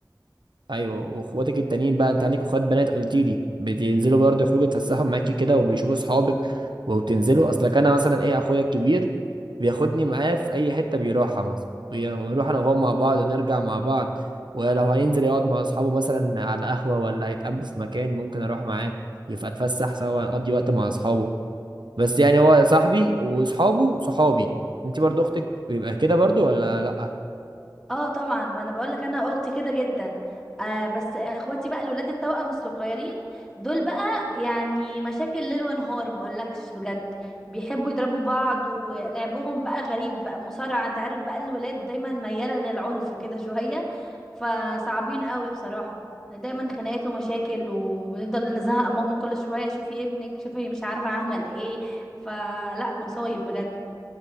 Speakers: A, on the right (about 80°); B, in the centre.
A: ايوه واخواتك التانيين بقى انت عندك اخوات بنات قلت لي بتنزلوا برضه يخرجوا يتفسحوا معاكي كده وبيشوفوا اصحابك وبتنزلوا اصلك انا مثلا ايه اخويا الكبير بياخدني معاه في اي حته بيروحها مثلا وي- ونروح انا وهو مع بعض ونرجع مع بعض ولو هينزل يقعد مع اصحابه مثلا على قهوه ولا هيتقابلوا في مكان ممكن اروح معاه يبقى اتفسح سوا اقضي وقت مع اصحابه بس يعني هو صاحبي واصحابه صحابي انت برضه اختك يبقى كده برضه ولا لا
B: اه طبعا ما انا بقول لك انا اختي كده جدا آه بس اخواتي بقى الولاد التوأم الصغيرين دول بقى يعني مشاكل ليل ونهار ما اقولكش بجد بيحبوا يضربوا بعض ولعبهم بقى غريب بقى مصارعة انت عارف بقى الولاد دايما ميالة للعنف كده شوية فصعبين قوي بصراحة دايما خناقات ومشاكل وبنفضل نزهق ماما كل شوية شوفي ابنك شوفي مش عارفة اعمل ايه فلا مصايب بجد